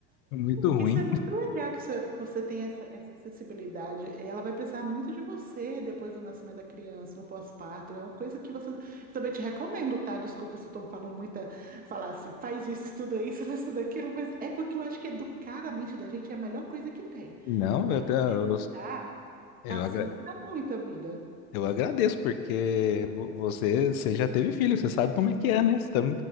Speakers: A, on the left; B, on the right.
A: muito ruim.
B: Isso é muito legal que você você tem essa, essa sensibilidade. Ela vai precisar muito de você depois do nascimento da criança, no pós-parto. É uma coisa que você também te recomendo, tá? Desculpa se eu tô falando muita, falar assim, faz isso, estuda isso, <laughs> faz tudo aquilo, mas é porque eu acho que educar a mente da gente é a melhor coisa que tem.
A: Não,
B: Aí,
A: eu, te- eu,
B: se educar
A: eu,
B: facilita
A: agra-
B: muito a vida.
A: Eu agradeço, porque vo- você, você já teve filho, você sabe como é que é, né? Você tá,